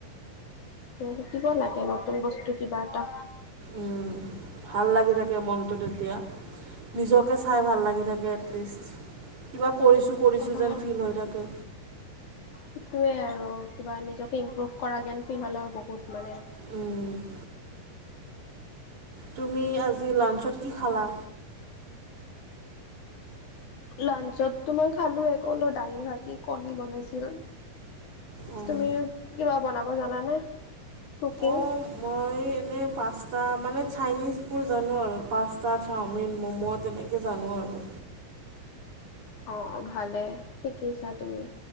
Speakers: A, on the left (about 60°); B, on the right (about 55°).
A: শিকিব লাগে, নতুন বস্তু কিবা এটা।
B: উম, ভাল লাগি থাকে মনটো এতিয়া। নিজকে চাই ভাল লাগি থাকে এটলিষ্ট, কিবা কৰিছোঁ, কৰিছোঁ
A: অ',
B: যেন
A: অ'।
B: ফিল হৈ থাকে।
A: সেইটোৱে আৰু কিবা নিজকে ইমপ্ৰুভ কৰা যেন, ফিল হ'লেও বহুত মানে
B: উম, তুমি আজি লাঞ্চত কি খালা?
A: লাঞ্চতো মই খালো কলো, দালি, ভাজি, কণী, বনাইছিল।
B: উম
A: তুমিও কিবা বনাব জানানে, কুকিং?
B: অঁ মই এনেই পাস্তা, মানে চাইনিজবোৰ জানো আৰু পাস্তা, চাওমিন, ম'ম', তেনেকৈ। তে, জানো আৰু।
A: অ, ভালে শিকিছা তুমি,